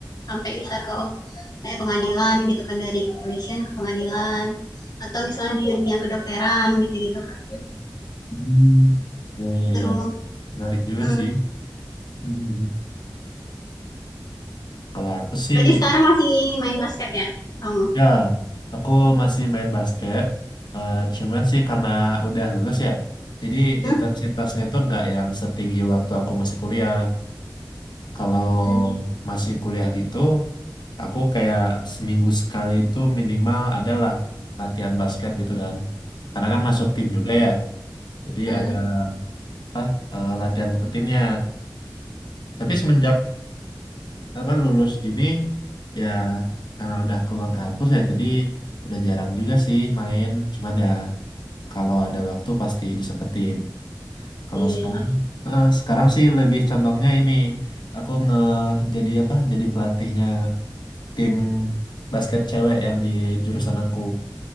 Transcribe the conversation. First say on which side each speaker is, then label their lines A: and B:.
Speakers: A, on the left; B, on the left.
A: sampai bisa ke kayak pengadilan gitu kan dari kepolisian ke pengadilan atau misalnya di dunia kedokteran gitu-gitu kan.
B: Hmm, iya, iya,
A: Terus,
B: iya. Menarik juga
A: hmm.
B: sih. Hmm, Kalau aku sih,
A: berarti sekarang masih main basket ya kamu?
B: ya, aku masih main basket. Eh, cuman sih karena udah lulus ya, jadi
A: Hmm?
B: intensitasnya itu nggak yang setinggi waktu aku masih kuliah. Kalau
A: Hmm.
B: masih kuliah gitu, aku kayak seminggu sekali itu minimal adalah latihan basket gitu kan. Karena kan masuk tim juga ya, jadi
A: Hmm.
B: ada apa eh, latihan rutinnya. Tapi semenjak apa lulus gini ya karena udah keluar kampus ya jadi udah jarang juga sih main cuman ya kalau ada waktu pasti disempetin kalau
A: Iya,
B: sekarang
A: iya.
B: eh, sekarang sih lebih condongnya ini aku nge jadi apa jadi pelatihnya tim basket cewek yang di jurusan aku